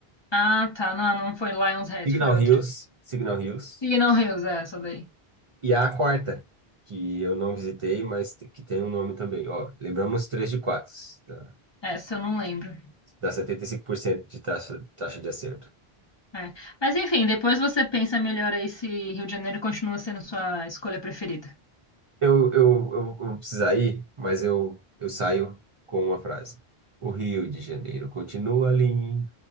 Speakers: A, on the left; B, on the right.
A: Ah, tá, não, não foi Lion's Head,
B: Signal
A: foi outra.
B: Hills, Signal Hills.
A: Signal Hills, é essa daí.
B: E a quarta, que eu não visitei, mas te- que tem um nome também. Ó, lembramos três de quatro, tá?
A: Essa eu não lembro.
B: Dá 75% de taxa, taxa de acerto.
A: É. Mas enfim, depois você pensa melhor aí se Rio de Janeiro continua sendo sua escolha preferida.
B: Eu, eu, eu, eu vou precisar ir, mas eu, eu saio com uma frase. O Rio de Janeiro continua lindo.